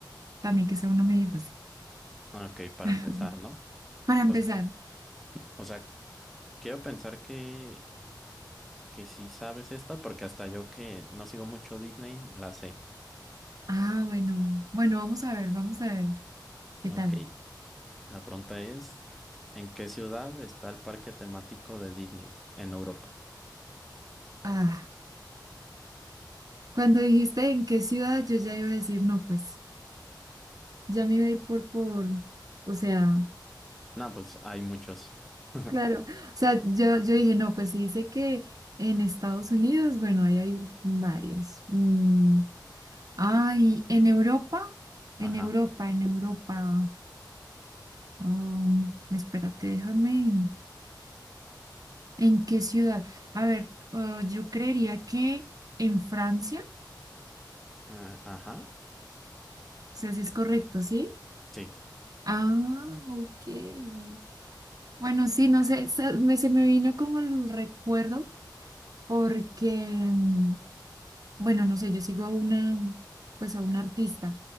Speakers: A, on the right; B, in the centre.
A: también que sea una medio fácil.
B: Ok, para
A: <laughs>
B: empezar, ¿no?
A: Para empezar.
B: O, s- o sea, quiero pensar que, que sí sabes esta, porque hasta yo que no sigo mucho Disney, la sé.
A: Ah, bueno. Bueno, vamos a ver, vamos a ver qué
B: Ok,
A: tal.
B: la pregunta es, ¿en qué ciudad está el parque temático de Disney en Europa?
A: Ah, cuando dijiste en qué ciudad, yo ya iba a decir, no, pues, ya me iba a ir por, por, o sea,
B: No, pues hay muchos. <laughs>
A: claro. O sea, yo, yo dije, no, pues si dice que en Estados Unidos, bueno, ahí hay varios. Mm, Ay, en Europa, en
B: Ajá,
A: Europa, en Europa. Um, espérate, déjame. ¿En qué ciudad? A ver, eh, yo creería que en Francia, o
B: ah, ajá,
A: sea, si es correcto, ¿sí?
B: sí,
A: Ah, ok. Bueno, sí, no sé, se me, se me vino como el recuerdo porque, mm, bueno, no sé, yo sigo a una, pues a una artista